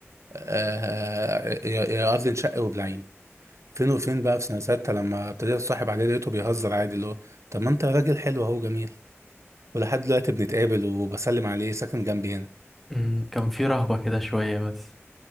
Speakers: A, on the right; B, in the centre.
A: آه، يا يا ارض انشق وبلعيني فين وفين بقى في سنه سته لما ابتديت اتصاحب عليه لقيته بيهزر عادي اللي هو طب ما انت راجل حلو اهو جميل ولحد دلوقتي بنتقابل وبسلم عليه ساكن جنبي هنا
B: أمم، كان في رهبة كده شوية بس